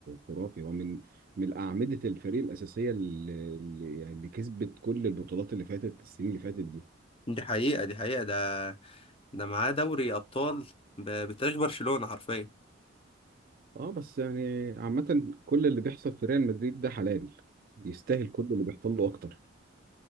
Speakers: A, on the right (about 45°); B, on the left (about 30°).
A: خرافي هو من من أعمدة الفريق الأساسية اللي اللي- يعني اللي كسبت كل البطولات اللي فاتت السنين اللي فاتت دي
B: دي حقيقه دي حقيقه ده ده معاه دوري ابطال ب- بتاريخ برشلونه حرفيا
A: اه بس يعني عامة كل اللي بيحصل في ريال مدريد ده حلال يستاهل كل اللي بيحصل له أكتر